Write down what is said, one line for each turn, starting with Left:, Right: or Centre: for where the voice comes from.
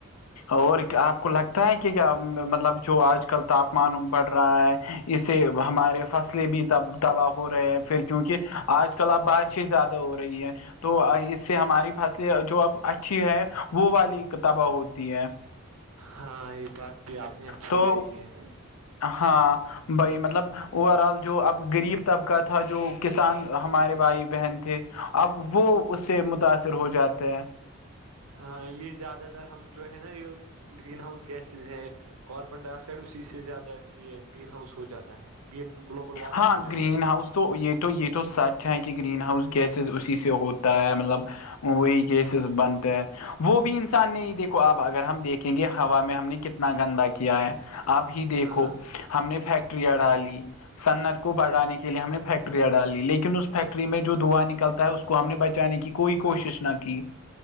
Left: اور آپ کو لگتا ہے کہ کیا مطلب جو آج کل تاپمان بڑھ رہا ہے اس سے ہمارے فصلیں بھی تباہ ہو رہے ہیں پھر کیونکہ آج کل آپ بارش ا زیادہ ہو رہی ہے تو اس سے ہماری فصلیں جو اب اچھی ا ہے وہ والی کتابیں ہوتی ہے
Right: ہاں یہ بات بھی آپ نے اچھی
Left: تو
Right: کہی ہے
Left: ہاں بائی مطلب اوور آل جو اب غریب طبقہ تھا جو کسان ہمارے بھائی بہن تھے اب وہ اس سے متاثر ہو جاتے ہیں
Right: ہاں یہ زیادہ تر ہم جو ہے نا یہ گرین ہاؤس گیسز ہے کاربن ڈائی آکسائڈ اسی سے زیادہ یہ گرین ہاؤس ہو جاتا ہے گلوبل وارمنگ
Left: ہاں
Right: ہو جاتی
Left: گرین
Right: ہے
Left: ہاؤس تو یہ تو یہ تو سچ ہے کہ گرین ہاؤس گیسز اسی سے ہوتا ہے مطلب وہی کیسز بنتے ہیں وہ بھی انسان نہیں دیکھو آپ اگر ہم دیکھیں گے ہوا میں ہم نے کتنا گندا کیا ہے اب ہی دیکھو
Right: ہاں
Left: ہم نے فیکٹریاں ڈالی سنعت کو بڑھانے کے لیے ہم نے فیکٹری ڈالی لیکن اس فیکٹری میں جو دھواں نکلتا ہے اس کو ہم نے بچانے کی کوئی کوشش نہ کی